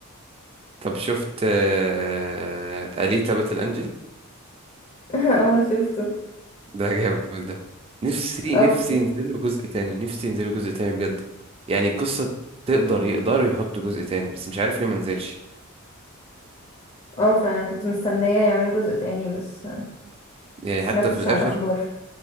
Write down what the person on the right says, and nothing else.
طب شفت آه... اليتا باتل انجل
ده <laughs> جامد ده نفسي
نفسي
ينزلوا جزء تاني نفسي ينزلوا جزء تاني بجد يعني القصه تقدر يقدروا يحطوا جزء تاني بس مش عارف ليه ما نزلش
يعني
حتى في الاخر